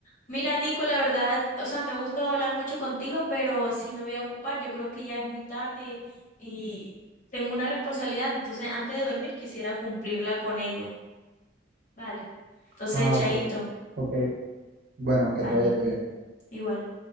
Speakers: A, on the left (about 40°); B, on the right (about 50°).
A: Mira, Nico, la verdad, o sea, me ha gustado hablar mucho contigo, pero sí me voy a ocupar. Yo creo que ya es muy tarde y tengo una responsabilidad. Entonces, antes de dormir, quisiera cumplirla con ella. Vale. Entonces,
B: Ah,
A: chaito.
B: ok, ok. Bueno,
A: Vale,
B: que te vaya bien.
A: igual.